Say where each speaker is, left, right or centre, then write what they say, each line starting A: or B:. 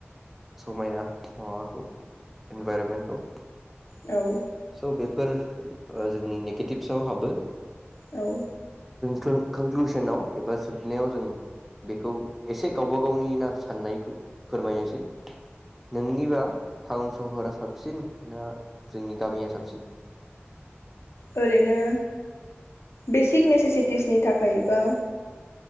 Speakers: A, in the centre; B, on the left.
A: समायना माबाखौ इनभाइरनमेन्टखौ
B: औ
A: स बेफोर ओ जोंनि नेगेटिभसआव हाबो।
B: औ
A: क्लन कनक्लुसुनाव एबा जोबनायाव जों बेखौ एसे गावबा गावनि ना साननायखौ फोरमायनोसै नोंनिबा टाउन सहरा साबसिन ना जोंनि गामिया साबसिन?
B: ओरैनो बेसिक नेसेसिटिसनि थाखायबा